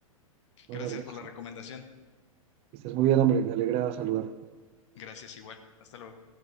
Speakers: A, on the right; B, on the left.
A: Buenas
B: Gracias
A: tardes.
B: por la recomendación.
A: Que estés muy bien, hombre. Me alegra saludar.
B: Gracias igual. Hasta luego.